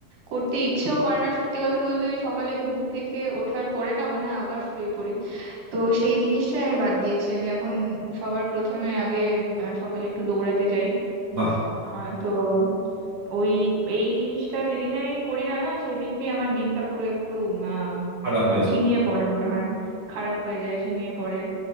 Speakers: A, on the right; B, on the right.
A: করতে ইচ্ছেও করে না সত্যি কথা বলতে ওই সকালে ঘুম থেকে ওঠার পরে না মনে হয় আবার শুয়ে পড়ি তো সেই জিনিসটাই আমি বাদ দিয়েছি আমি এখন সবার প্রথমে আগে আহ, সকালে একটু দৌড়াতে যাই
B: বাহ
A: আহ, তো ওই এই জিনিসটা যেদিন আমি করি না না সেদিনকেই আমার দিনটা পুরো একটু আম,
B: খারাপ
A: আহ,
B: হয়েছে
A: ঝিমিয়ে পড়ে মনে হয় খারাপ হয়ে যায় ঝিমিয়ে পড়ে